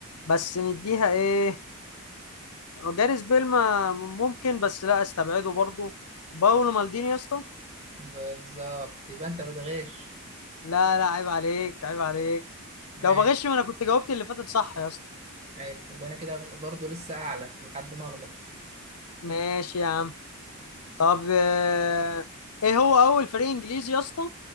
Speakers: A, on the left; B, on the right.
A: بس نديها ايه جاريث بيل ما ممكن بس لا استبعده برضو باولو مالديني يا اسطى
B: بالظبط يبقى انت بتغش
A: لا لا عيب عليك عيب عليك
B: ماشي
A: لو بغش ما انا كنت جاوبت اللي فاتت صح يا اسطى
B: حلو يبقى انا كده برضو لسه اعلى لحد ما اغلط
A: ماشي يا عم طب آه، ايه هو اول فريق انجليزي يا اسطى